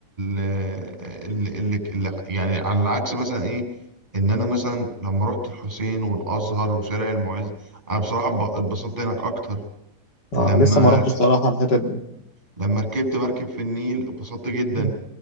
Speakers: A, on the right (about 20°); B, on the left (about 65°).
A: ال... ال... ال... يعني على العكس مثلا ايه ان انا مثلا لما رحت الحسين والازهر وشارع المعز انا بصراحه ب- اتبسطت هناك اكتر لما
B: اه لسه ما رحتش الصراحه الحتت دي
A: لما ركبت مركب في النيل اتبسطت جدا
B: مم.